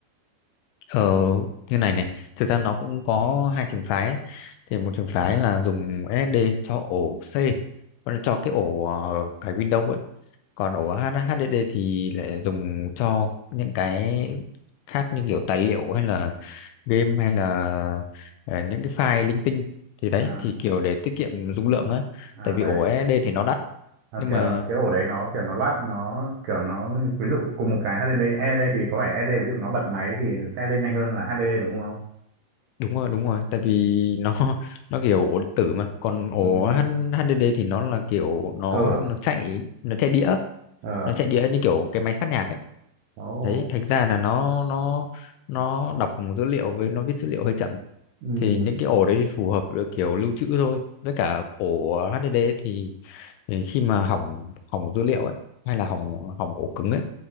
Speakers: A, on the left (about 80°); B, on the right (about 75°).
A: ở như này này thực ra nó cũng có hai trường phái ấy. thì một trường phái là dùng SSD cho ổ C còn cho cái ổ ờ, cái Windows ấy còn ổ H- HDD thì lại dùng cho những cái khác như kiểu tài liệu hay là game hay là ờ, những cái file linh tinh thì đấy
B: À,
A: thì kiểu để tiết kiệm dung lượng á
B: à
A: tại vì
B: đấy
A: ổ SSD thì nó đắt
B: À,
A: nhưng
B: kiểu
A: mà
B: cái ổ đấy nó kiểu nó loát nó kiểu nó ví dụ cùng một cái HDD SSD thì có vẻ E SSD ví dụ nó bật máy thì sẽ lên nhanh hơn là HDD đúng không?
A: đúng rồi đúng rồi tại vì <laughs> nó nó kiểu ổ điện tử mà còn ổ
B: Ừ,
A: H- HDD thì nó là kiểu nó
B: cơ à?
A: nó chạy nó chạy đĩa
B: Ờ.
A: nó chạy đĩa như kiểu cái máy phát nhạc ấy
B: Ồ.
A: đấy thành ra là nó nó nó đọc dữ liệu với nó viết dữ liệu hơi chậm
B: Ừ.
A: thì những cái ổ đấy thì phù hợp với kiểu lưu trữ thôi với cả ổ HDD thì, thì khi mà hỏng hỏng dữ liệu ấy hay là hỏng hỏng ổ cứng ấy